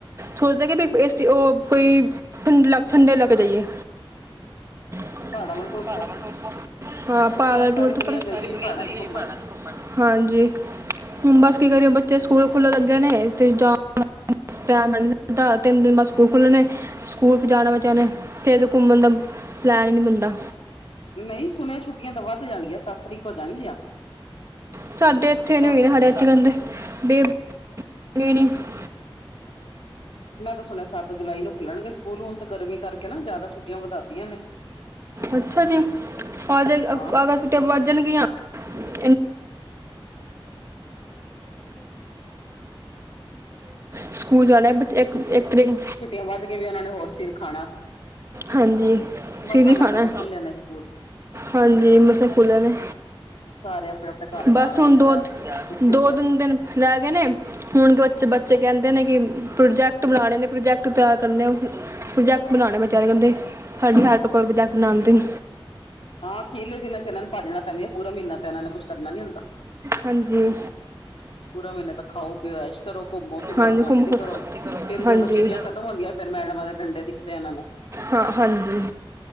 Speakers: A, on the right; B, on the left.
A: ਸੋਚਦੇ ਕਿ ਬਈ ਏਸੀ ਉਹ ਕੋਈ ਠੰਡ- ਠੰਡੇ ਇਲਾਕੇ ਜਾਈਏ <unintelligible>
B: ਪਹਾੜਾਂ ਵੱਲ ਟੁਰ ਪੋ ਛੁੱਟੀਆਂ ਸਾਰੀ ਦੁਨੀਆਂ ਗਈ ਹੋਈ ਪਹਾੜਾਂ ਚ ਘੁੰਮਣ।
A: ਹਾਂਜੀ। ਹੁਣ ਬੱਸ ਕੀ ਕਰੀਓ ਬੱਚੇ ਸਕੂਲ ਖੁੱਲਣ ਲੱਗੇ ਨੇ ਤੇ ਜਾ ਪਿਆਰ ਮਦਾ ਤਿੰਨ ਦਿਨ ਬਾਅਦ ਸਕੂਲ ਖੁੱਲਨੇ ਸਕੂਲ ਤੇ ਜਾਨਾ ਬੱਚਿਆਂ ਨੇ ਫੇਰ ਤੇ ਘੁੰਮਣ ਦਾ ਪਲੈਣ ਹੀ ਨੀ ਬੰਦਾ
B: <inaudible> ਨਹੀਂ ਸੁਨਿਆ ਛੁੱਟੀਆਂ ਤਾਂ ਵੱਧ ਜਾਣਗੀਆਂ ਸੱਤ ਤਰੀਕ ਹੋ ਜਾਨਗੀਆਂ
A: ਸਾਡੇ ਇੱਥੇ
B: ਸੱਤ
A: <unintelligible>
B: ਮੈਂ ਤਾਂ ਸੁਨਿਆ ਸੱਤ ਜੁਲਾਈ ਨੂੰ ਖੁੱਲਨਗੇ ਸਕੂਲ ਹੁਣ ਤਾਂ ਗਰਮੀ ਕਰਕੇ ਨਾ ਜ਼ਿਆਦਾ ਛੁੱਟੀਆਂ ਵਧਾ ਤੀਆਂ ਨੇ
A: ਅੱਛਾ ਜੀ ਆਜ ਆਗ
B: ਹਾਂ
A: ਸੁੱਟੀਆਂ ਵਧ ਜਾਨਗੀਆਂ <unintelligible> ਸਕੂਲ ਜਾਣਾ ਇੱਕ ਇਕ ਤਰੀਕ ਨੂ
B: ਛੁੱਟੀਆਂ ਵੱਧ ਕੇ ਵੀ ਉਹਨਾਂ ਨੇ ਹੋਰ ਸਿਰ ਖਾਣਾ
A: ਹਾਂਜੀ ਸਿਰ
B: ਮਸਾਂ
A: ਈ
B: ਮਸਾਂ
A: ਖਾਣਾ,
B: ਤਾਂ ਖੁੱਲੇ ਨੇ ਸਕੂਲ।
A: ਹਾਂਜੀ ਮਸਾ ਖੂਲੇ ਨੇ
B: ਸਾਰੇ ਆਪਣੇ ਆਪਣੇ ਘਰ
A: ਬੱਸ
B: ਜਾਣ ਵਧੀਆ
A: ਹੁਣ ਦੋ-ਦੋ
B: ਦੁਖੀ ਹੋ ਗਿਆ।
A: ਤਿਨ ਦਿਨ ਰਹਿ ਗਏ ਨੇ ਹੁਣ ਕੂਛ ਬੱਚੇ ਕਹਿੰਦੇ ਨੇ, ਕਿ ਪ੍ਰੋਜੈਕਟ ਬਨਾਣੇ ਨੇ ਪ੍ਰੋਜੈਕਟ ਤਿਆਰ ਕਰਨੇ ਪ੍ਰੋਜੈਕਟ ਬਣਾਉਣੇ ਮੈ ਕਹ ਰਹੀ ਆ ਓੰਦੇ ਸਾਡੀ ਹੈਲਪ ਕਰੋ ਪ੍ਰੋਜੈਕਟ ਬਣਾੰਦੇ
B: ਹਾਂ ਖੀਰਲੇ ਦਿਨਾਂ ਚ ਇਹਨਾਂ ਨੂੰ ਭਾਜੜਾ ਪੈਂਦੀ ਹੈ ਪੂਰਾ ਮਹੀਨਾ ਤੇ ਇਹਨਾਂ ਨੇ ਕੁਛ ਕਰਨਾ ਨੀ ਹੁੰਦਾ
A: ਹਾਂਜੀ।
B: <inaudible> ਪੂਰਾ ਮਹੀਨਾ ਤਾਂ ਖਾਓ ਪੀਓ। ਐਸ਼ ਕਰੋ ਘੁੰਮੋ ਫਿਰੋ
A: ਹਾਂਜੀ
B: ਮਸਤੀ
A: ਘੁੰਮ ਫਿਰ
B: ਕਰੋ ਫੇਰ ਜਦੋਂ
A: ਹਾਂਜੀ
B: ਛੁੱਟੀਆ ਖਤਮ ਹੁੰਦੀਆਂ ਫੇਰ ਮੈਡਮਾਂ ਦੇ ਡੰਡੇ ਦਿਖਦੇ ਇਹਨਾਂ ਨੂੰ
A: ਹਾਂ ਹਾਂਜੀ